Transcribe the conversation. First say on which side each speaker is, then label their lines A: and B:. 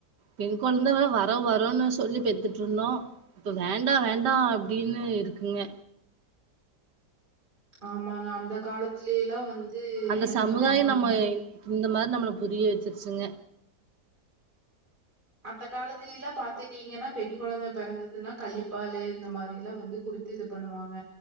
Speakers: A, on the right; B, on the right.
A: பெண் குழந்தைவரா வர வரும்ன்னு சொல்லி பெத்துட்டு இருந்தோம் இப்ப வேண்டாம் வேண்டாம் அப்டின்னு இருக்குங்க
B: ஆமாங்க அந்த காலத்துலேல்லாம் வந்து
A: அந்த
B: என்ன
A: சமுதாயம்
B: பண்ணுவாங்கனா
A: நம்ம இந்த மார் நம்மள புரிய வச்சிருச்சிங்க
B: அந்த காலத்துலில்லாம் பாத்துட்டீங்கன்னா பெண் குழந்தை பிறந்ததுன்னா கள்ளிப்பால் இந்த மாரில்லாம் வந்து குடு த்து இது பண்ணுவாங்க